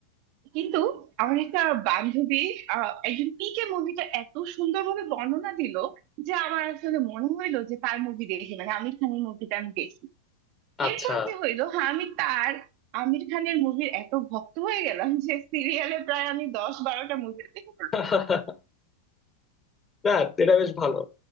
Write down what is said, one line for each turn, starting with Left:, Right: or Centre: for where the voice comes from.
Right: কিন্তু আমার একটা বান্ধবী আহ, একজন পিকে মুভিটা এত সুন্দরভাবে বর্ণনা দিল যে আমার আসলে মনে হইলো যে তার মুভি দেখি মানে আমির খানের মুভিটা আমি দেখি
Left: আচ্ছা
Right: এরপর কি হইলো হ্যাঁ আমি তার আমির খানের মুভির এত ভক্ত হয়ে গেলাম যে সিরিয়ালে প্রায় আমি দশ বারোটা মুভি দেখে ফেলছি
Left: <laughs> না এটা বেশ ভালো